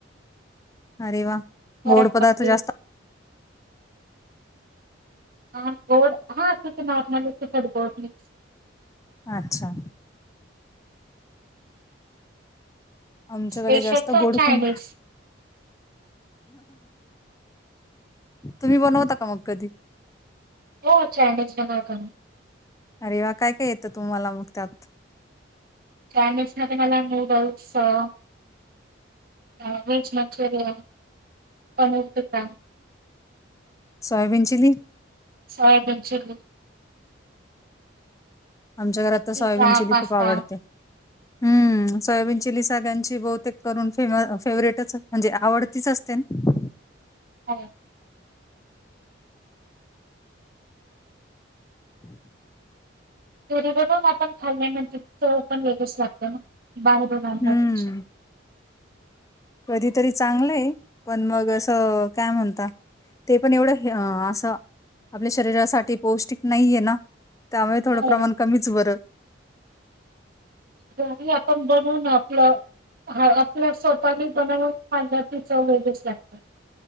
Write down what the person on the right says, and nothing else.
वरण
बट्टी.
हा गोड! हा अस ते नॉर्मल तिखट गोड मिक्स.
स्पेशल
तर
चायनीज
हो, चयनिज बनबातो ना.
चायनीज मध्ये मला नूडल्स अ. ह veg Manchurian. Paneer tikka
soybean chilli.
पिझ्झा
पास्ता
हो.
घरी बनवून आपण खाल्ल्यानंतर चव पण वेगळीच लागत ना. बाहेरून आणल्यापेक्षा.
हो
घरी आपण बनवून आपलं. हा आपल्या स्वतःनी बनवून खाण्याची चव वेगळीच लागते.